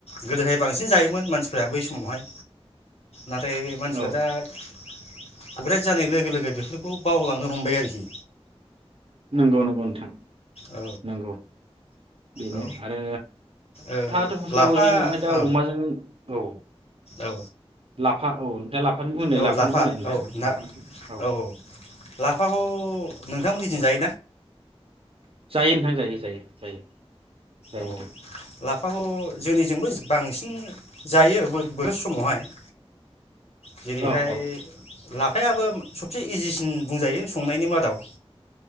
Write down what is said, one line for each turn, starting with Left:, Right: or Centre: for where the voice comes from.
Left: गोदोहाय बांसिन जायोमोन मानसिफ्रा बै समावहाय नाथाय मानसिफ्रा
Right: औ
Left: दा <unintelligible> जानाय लोगो लोगो बेफोरखौ बावलांनो हमबाय आरोखि
Right: नंगौ नंगौ नोंथां।
Left: औ
Right: नंगौ। बेनो
Left: औ
Right: आरो
Left: ओ
Right: साहाथ फस्लागौ
Left: लाफा
Right: जोंनियावहाय दा
Left: औ
Right: अमाजों औ
Left: औ
Right: लाफा औ। <unintelligible>
Left: औ
Right: लाफानो
Left: लाफा
Right: बुंलाय नोंथाङा
Left: औ ना
Right: लाफानो
Left: औ औ लाफाखौ- नोंथांमोननिथिं जायोना?
Right: जायो नोंथां जायो -जायो- जायो। जायो
Left: औ
Right: नोंथां
Left: लाफाखौ जोंनिजोंबो- बांसिन जायो बोथोर समावहाय- जेरैहाय-
Right: औ औ
Left: लाफायाबो सबसे इजिसिन बुंजायो संनायनि मादाव-